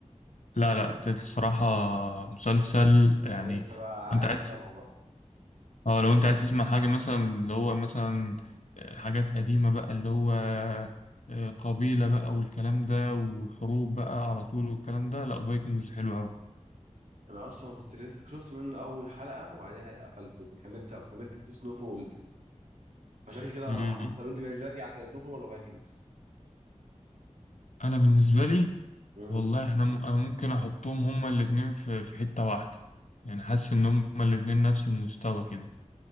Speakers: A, on the left (about 75°); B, on the right (about 85°).
A: لا لا الصراحة مسلسل يعني
B: انا لسه بقى
A: أنت
B: عايز
A: عايز
B: اسمعه بقى
A: أه لو أنت عايز تسمع حاجة مثلا اللي هو مثلا حاجات قديمة بقى اللي هو آه، قبيلة بقى والكلام ده وحروب بقى على طول والكلام ده لا فايكنجز حلو أوي
B: انا اصلا كنت لسه شفت منه اول حلقه وبعدها قفلته وكملت وكملت في سنو فول فشكل كده
A: مم.
B: طب انت بالنسبه لك ايه احسن سنو فول ولا فايكنجز
A: أنا بالنسبة لي
B: امم
A: والله احنا م- انا ممكن احطهم هما الاتنين في في حتة واحدة يعني حاسس ان هما الاتنين نفس المستوى كده